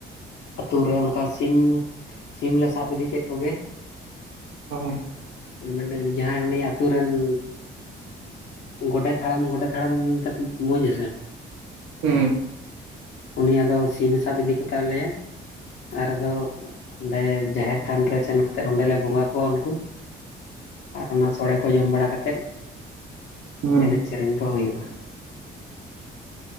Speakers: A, on the left (about 65°); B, on the right (about 75°).
A: ᱟᱹᱛᱩ ᱨᱮ ᱚᱱᱠᱟ ᱥᱤᱢ ᱼᱼ ᱥᱤᱢ ᱞᱮ ᱥᱟᱵ ᱤᱫᱤ ᱠᱮᱫ ᱠᱚ ᱜᱮ ᱾
B: ᱚ ᱼᱼ
A: <unintelligible> ᱡᱟᱦᱟᱸᱭ ᱩᱱᱤ ᱟᱹᱛᱩ ᱨᱮᱱ ᱼᱼ ᱜᱚᱰᱮᱛ ᱦᱟᱲᱟᱢ ᱜᱚᱰᱮᱛ ᱦᱟᱲᱟᱢ ᱠᱟᱛᱩᱢ ᱵᱩᱡᱟ ᱥᱮ?
B: ᱦᱩᱸ ᱼᱼ
A: ᱩᱱᱤ ᱟᱫᱚ ᱥᱤᱢ-ᱮ ᱥᱟᱵ ᱤᱫᱤ ᱠᱚ ᱛᱟᱞᱮᱭ-ᱟ ᱾ ᱟᱨ ᱟᱫᱚ ᱚᱸᱰᱮ ᱡᱟᱦᱮᱨ ᱛᱷᱟᱱ ᱨᱮ ᱥᱮᱱ ᱠᱟᱛᱮᱜ ᱚᱸᱰᱮ ᱞᱮ ᱵᱚᱸᱜᱟ ᱠᱚ ᱩᱱᱠᱩ ᱾ ᱟᱨ ᱚᱱᱟ ᱥᱚᱲᱮ ᱠᱚ ᱡᱚᱢ ᱵᱟᱲᱟ ᱠᱟᱛᱮᱫ
B: ᱦᱩᱸ
A: ᱮᱱᱮᱡ ᱥᱮᱨᱮᱧ ᱠᱚ ᱦᱩᱭᱩᱜᱼᱟ ᱾